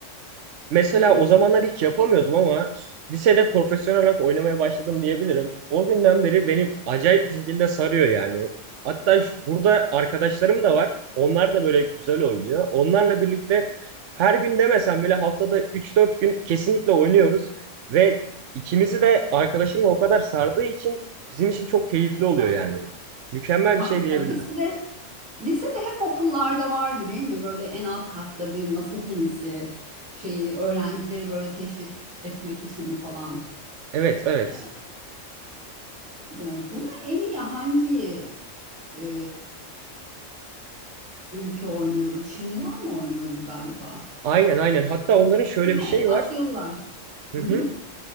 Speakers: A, on the right; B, on the right.
A: Mesela
B: Hı hı.
A: o zamanlar hiç yapamıyordum ama lisede profesyonel olarak oynamaya başladım diyebilirim. O günden beri beni acayip bir şekilde sarıyor yani. Hatta şu- burada arkadaşlarım da var. Onlar da böyle güzel oynuyor. Onlarla birlikte her gün demesem bile haftada üç dört gün kesinlikle oynuyoruz. Ve ikimizi de arkadaşımla o kadar sardığı için bizim için çok keyifli oluyor
B: Harika.
A: yani. Mükemmel
B: Harika.
A: bir şey diyebilirim.
B: Lisede, lisede hep okullarda vardı değil mi? Böyle en alt katta bir masa tenisi şeyi öğrencileri böyle teşvik etmek için falan.
A: Evet, evet.
B: E, değil mi? Bunu en iyi hangi e, ülke oynuyordu? Çinliler mi oynuyordu galiba?
A: Aynen, aynen. Hatta onların şöyle
B: Değil
A: bir
B: mi?
A: şeyi
B: Asyalılar.
A: var. Hı hı.
B: Hı hı.